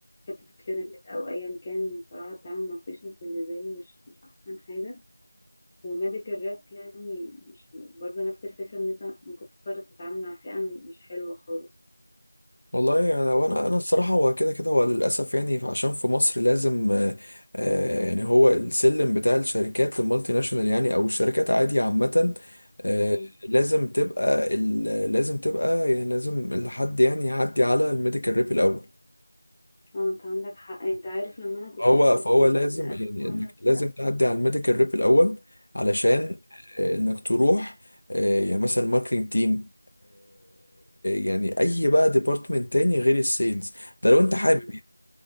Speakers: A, on the left (about 15°); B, on the left (about 70°).
A: حته الكلينيكال او ايا كان بصراحه التعامل مع patients بالنسبه لي مش مش احسن حاجه وميديكال راب يعني مش برضه نفس الفكره ان انت ممكن تضطر تتعامل مع فئه مش حلوه خالص
B: والله يعني وانا انا انا الصراحه هو كده كده هو للاسف يعني عشان في مصر لازم آه، آه، يعني هو السلم بتاع الشركات المالتي ناشونال يعني او الشركات عادي عامه آه،
A: امم
B: لازم تبقى ال- لازم تبقى يعني لازم الحد يعني يعدي على الميديكال ريب الاول
A: اه انت عندك حق انت عارف لما انا كنت
B: هو
A: في الانترفيو
B: فهو لازم
A: بتاع
B: يعني
A: اخر مره
B: انك لازم
A: ده
B: تعدي على الميديكال ريب الاول علشان آه، انك تروح آه، يعني مثلا ماركتنج تيم يعني اي بقى ديبارتمنت تاني غير السيلز ده لو انت حابب
A: امم